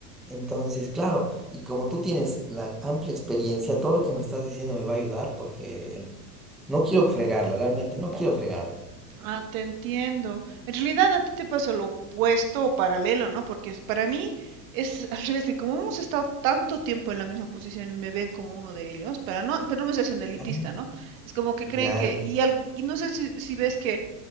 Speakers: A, in the centre; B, on the right.
A: Entonces, claro, y como tú tienes la amplia experiencia, todo lo que me estás diciendo me va a ayudar porque no quiero fregarla, realmente no quiero fregarla.
B: Ah, te entiendo. En realidad a ti te pasa lo opuesto o paralelo, ¿no? Porque es- para mí es al revés, que como hemos estado tanto tiempo en la misma posición y me ven como uno de ellos, para no, pero no me estoy haciendo elitista,
A: Ah,
B: ¿no? Es como que
A: Ya,
B: creen que, y, al- y no sé si, si ves que